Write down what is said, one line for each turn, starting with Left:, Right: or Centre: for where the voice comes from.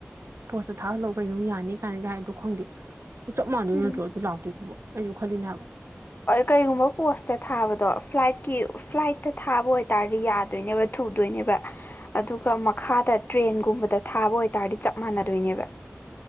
Right: ꯄꯣꯁꯇ ꯊꯥꯍꯜꯂꯎ ꯀꯩꯅꯣ ꯌꯥꯅꯤ ꯀꯥꯢꯅꯒ ꯍꯥꯏꯗꯣ ꯈꯪꯗꯦ ꯆꯞ ꯃꯥꯟꯗꯣꯏ
Left: ꯎꯝ
Right: ꯅꯠꯇ꯭ꯔꯣ ꯑꯗꯨ ꯂꯥꯛꯇꯣꯏꯗꯨꯕ ꯑꯩꯁꯨ ꯈꯜꯂꯤꯅꯦ ꯍꯥꯏꯕ
Left: ꯀꯩꯒꯨꯝꯕ ꯄꯣꯁꯇ ꯊꯥꯕꯗꯣ ꯐ꯭ꯂꯥꯏꯠꯀꯤ ꯐ꯭ꯂꯥꯏꯠꯇ ꯊꯥꯕ ꯑꯣꯏꯇꯥꯔꯗꯤ ꯌꯥꯗꯣꯏꯅꯦꯕ ꯊꯨꯗꯣꯏꯅꯦꯕ ꯑꯗꯨꯒ ꯃꯈꯥꯗ ꯇ꯭ꯔꯦꯟꯒꯨꯝꯕꯗ ꯊꯥꯕ ꯑꯣꯏꯇꯥꯔꯗꯤ ꯆꯞ ꯃꯥꯟꯅꯗꯣꯏꯅꯦꯕ